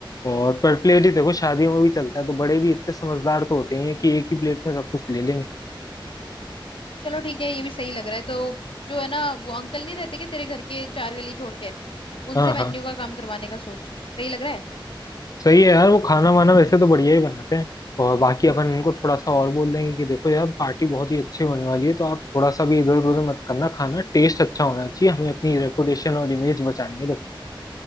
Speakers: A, on the left (about 45°); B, on the left (about 80°).
A: और पर प्लेट
B: हम्म
A: ही देखो शादियों में भी चलता है तो बड़े भी इतने समझदार तो होते हैं कि एक ही प्लेट में सब कुछ ले लेंगे
B: चलो ठीक है ये भी सही लग रहा है तो जो है ना वो अंकल नहीं रहते क्या तेरे घर के चार गली छोड़ के
A: हाँ
B: उनसे मेन्यू
A: हाँ
B: का काम करवाने का सोच रही हूँ सही लग रहा है
A: सही है यार वो खाना वाना वैसे तो बढ़िया ही बनाते हैं और बाकी अपन उनको थोड़ा सा और बोल देंगे कि देखो यार पार्टी बहुत ही अच्छी होने वाली है तो आप थोड़ा सा भी इधर उधर
B: हम्म
A: मत करना खाना टेस्ट अच्छा होना चाहिए हमें अपनी रेपुटेशन और
B: हम्म
A: इमेज बचानी है